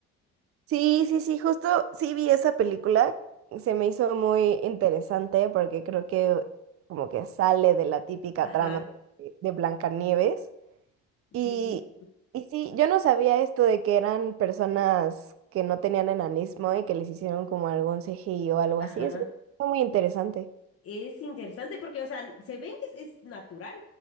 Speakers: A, on the right; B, on the left.
A: Sí, sí, sí, justo sí vi esa película. Se me hizo muy interesante porque creo que como que sale de la típica
B: Ajá,
A: trama de, de Blancanieves. Y,
B: sí,
A: y sí, yo no sabía esto de que eran personas que no tenían enanismo y que les hicieron como algún CGI o algo
B: ajá.
A: así. Eso está muy interesante.
B: Es interesante porque, o sea, se ven que es, es natural,